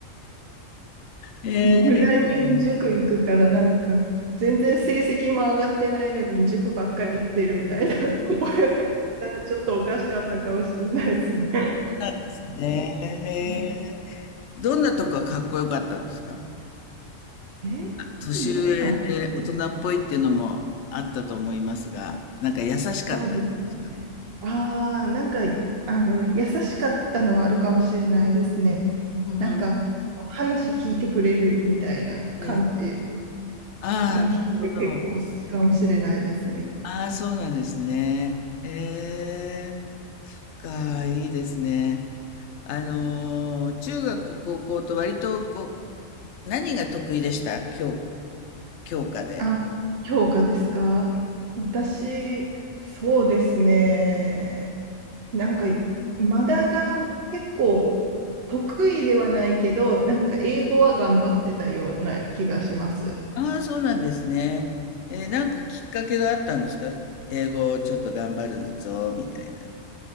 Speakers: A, on the left (about 65°); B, on the right (about 55°).
A: ん、えー、
B: 無駄に塾行くからなんか全然成績も上がってないのに塾ばっかり行ってるみたいな
A: そう
B: <laughs> 親からしたらちょっとおかしかったかもしれないですね。
A: なんですね。
B: うん
A: へーどんなとこがかっこよかったんですか
B: えー
A: 年上で大人っぽいっていうのもあったと思いますが、
B: なんか
A: なんか優しかったですか。
B: そうですね。ああ、なんかあの優しかったのはあるかもしれないですね。
A: うん。
B: なんか話聞いてくれるみたいな感じ
A: ね、ああ、
B: の人が結構好きかもしれないですね。
A: なるほど。ああ、そうなんですね。ええ、そっか、いいですね。あのー、中学、高校と割と、こう、何が得意でした教、教科で。
B: あ、評価ですか私、そうですね。なんか、まだが結構得意ではないけど、なんか英語は頑張ってたような気がします。
A: ああ、そうなんですね。えー、なんかきっかけがあったんですか英語をちょっと頑張るぞ、みたいな。